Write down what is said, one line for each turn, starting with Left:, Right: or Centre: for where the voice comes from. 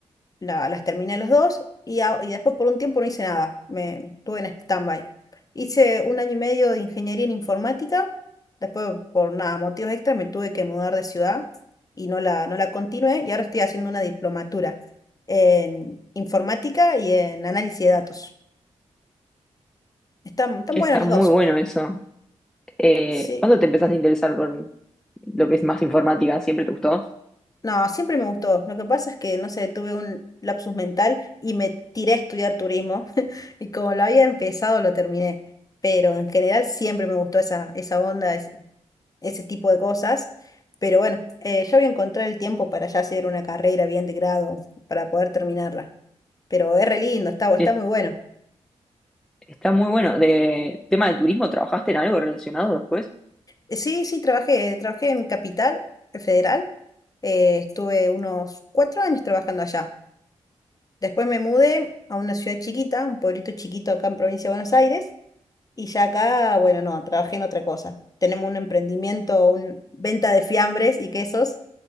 Left: la- las terminé los dos y, a- y después por un tiempo no hice nada, me tuve en stand-by. Hice un año y medio de ingeniería en informática, después por nada, motivos extras me tuve que mudar de ciudad y no la, no la continué y ahora estoy haciendo una diplomatura en informática y en análisis de datos. Están, están
Centre: Che,
Left: buenas
Centre: Está
Left: las
Centre: muy
Left: dos.
Centre: bueno eso. Eh,
Left: Sí,
Centre: ¿cuándo te empezaste a interesar por lo que es más informática? ¿Siempre te gustó?
Left: No, siempre me gustó. Lo que pasa es que, no sé, tuve un lapsus mental y me tiré a estudiar turismo. <laughs> Y como lo había empezado, lo terminé. Pero en general siempre me gustó esa, esa onda, ese, ese tipo de cosas. Pero bueno, eh, yo voy a encontrar el tiempo para ya hacer una carrera bien de grado, para poder terminarla. Pero es re lindo, está, está
Centre: Sí,
Left: muy bueno.
Centre: Está muy bueno. De tema de turismo, ¿trabajaste en algo relacionado después? <laughs>
Left: Eh, Sí, sí, trabajé, trabajé en Capital Federal. eh, estuve unos cuatro años trabajando allá. Después me mudé a una ciudad chiquita, un pueblito chiquito acá en provincia de Buenos Aires, y ya acá, bueno, no, trabajé en otra cosa. Tenemos un emprendimiento, una venta de fiambres y quesos,